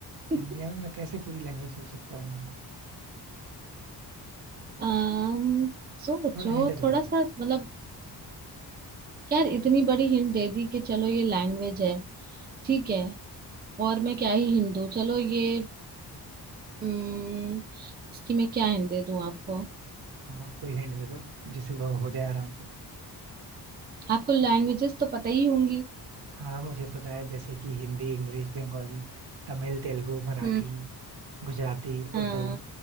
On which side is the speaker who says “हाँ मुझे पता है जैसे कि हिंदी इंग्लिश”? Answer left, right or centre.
Right